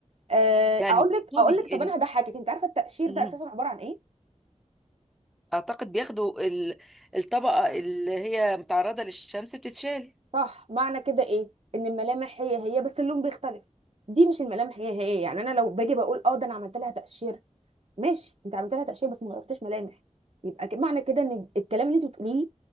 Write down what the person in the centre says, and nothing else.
يعني
تقصدي
ان
مم.
اعتقد بياخدوا ال- الطبقه اللي هي متعرضه للشمس بتتشال